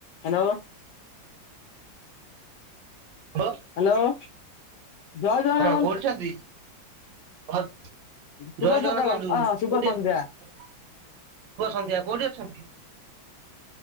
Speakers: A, on the left; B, on the right.
A: Hello
B: ହ
A: hello ଜୟ ଜଗନ୍ନାଥ
B: ହଁ
A: ବନ୍ଧୁ
B: କୋଉଠି ଛନ୍ତି ଜୟ
A: ଶୁଭ
B: ଜଗନ୍ନାଥ
A: ସକାଳ
B: କୁହନ୍ତୁ
A: ଅ ହଁ ଶୁଭ
B: କୋଉଠି
A: ସନ୍ଧ୍ୟା।
B: ପୁ ସନ୍ଧ୍ୟା କୋଉଠି ଅଛନ୍ତି?